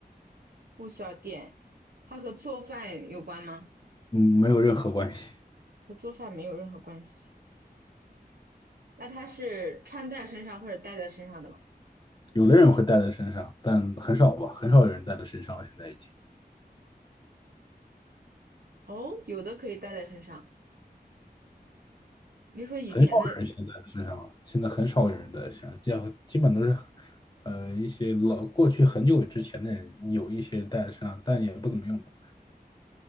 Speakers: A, on the right; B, on the left.
A: 不需要电。它和做饭有关吗？
B: 嗯，没有任何关系。
A: 和做饭没有任何关系。那它是穿在身上或者戴在身上的吗？
B: 有的人会带在身上，但很少吧，很少有人带在身上了，现在已经。
A: 哦，有的可以戴在身上。你说以前的，
B: 很少人现在在身上了，现在很少有人在身上，基基本都是，呃，一些老过去很久之前的人有一些带在身上，但也不怎么用吧。